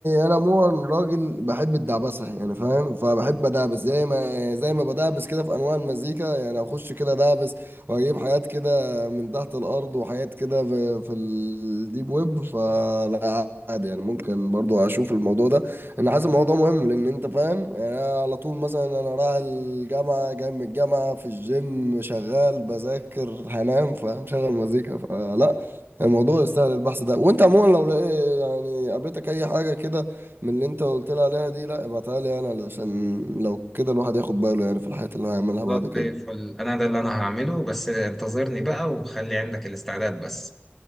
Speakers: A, on the right; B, in the centre.
A: انا عموما راجل بحب الدعبسه يعني فاهم فبحب ادعبس زي ما زي ما بدعبس كده في انواع المزيكا يعني اخش كده دعبس واجيب حاجات كده من تحت الارض وحاجات كده في, في الديب ويب فلا عادي يعني ممكن برضو اشوف الموضوع ده انا حاسس الموضوع مهم لان انت فاهم يعني أنا على طول مثلا انا رايح الجامعه جاي من الجامعه في الجيم شغال بذاكر هنام فمشغل مزيكا فلا الموضوع يستاهل البحث ده وانت عموما لو لقيت يعني قابلتك اي حاجه كده من اللي انت قلت لي عليها دي لا ابعتها لي انا علشان لو كده الواحد ياخد باله يعني في الحاجات اللي هو هيعملها بعد
B: خلاص
A: كده
B: زي الفل انا ده اللي انا هعمله بس انتظرني بقى وخلي عندك الاستعداد بس